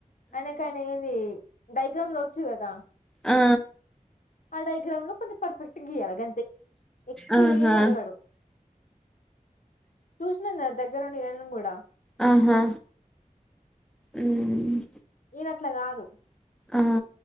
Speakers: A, on the left; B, in the centre.
A: ఐనకైన ఏంది డైగ్రామ్ లు ఒచ్చు కదా.
B: ఆ
A: ఆ డయాగ్రామ్ ను కొంచం పర్ఫెక్ట్ గీయాల. గంతే ఎక్కువ
B: ఆహా
A: ఏమి అడగడు. చూసినాంగదా దగ్గర నుంచే మెఎళ్ళం గూడా
B: ఆహా ఉమ్మ్
A: ది అట్ల కాదు
B: ఆ